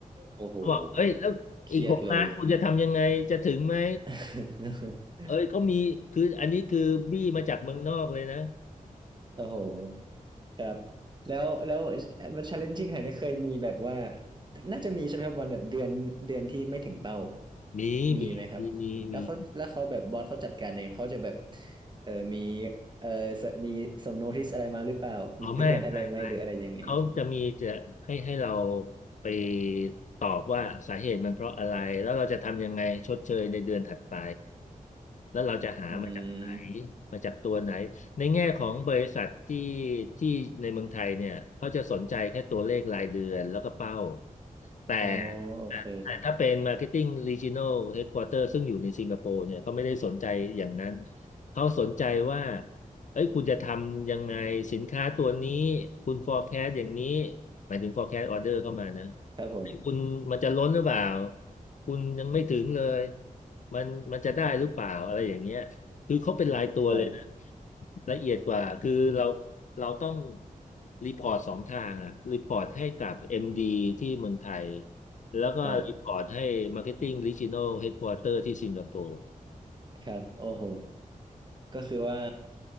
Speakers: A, on the right (about 30°); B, on the left (about 60°).
A: โอ้โห
B: เขาบอกเอ้ยแล้วอีกหกล้านคุณจะทำยังไงจะถึงไหม
A: เครียดเลย <laughs>
B: เอ้ยเขามีคืออันนี้คือบี้มาจากเมืองนอกเลยนะ
A: โอ้โหครับแล้วแล้วมัน challenging ขนาดนี้เคยมีแบบว่าน่าจะมีใช่ไหมครับวันแบบเดือนเดือนที่ไม่ถึงเป้า
B: มีมีมีมีมี
A: มีไหมครับแล้วเขาแล้วเขาแบบบอสเขาจัดการเองเขาจะแบบเออมีเออสมีส่งโนติสอะไรมาหรือเปล่ามีเตือนอะไรไหมหรืออะไรยังไง
B: อ๋อไม่ไม่ไม่เขาจะมีจะให้ให้เราไปตอบว่าสาเหตุมันเพราะอะไรแล้วเราจะทำยังไงชดเชยในเดือนถัดไปแล้วเราจะหามาจากไหน
A: อืม
B: มาจากตัวไหนในแง่ของบริษัทที่ที่ในเมืองไทยเนี่ยเขาจะสนใจแค่ตัวเลขรายเดือนแล้วก็เป้า แต่
A: อ๋อโอเค
B: แต่แต่ถ้าเป็น Marketing Regional Headquarter ซึ่งอยู่ในสิงคโปร์เนี่ยเขาไม่ได้สนใจอย่างนั้นเขาสนใจว่าเอ้ยคุณจะทำยังไงสินค้าตัวนี้คุณ forecast อย่างนี้หมายถึง forecast order เข้ามานะ
A: ครับผม
B: เอ้ยคุณมันจะล้นหรือเปล่าคุณยังไม่ถึงเลยมันมันจะได้หรือเปล่าอะไรอย่างเงี้ยคือเขาเป็นรายตัวเลยนะ
A: ครับ
B: ละเอียดกว่าคือเรา เราต้องรีพอร์ตสองทางอ่ะรีพอร์ตให้กับ MD ที่เมืองไทย แล้วก็รีพอร์ตให้
A: ครับ
B: Marketing Regional Headquarter ที่สิงคโปร์
A: ครับโอ้โหก็คือว่า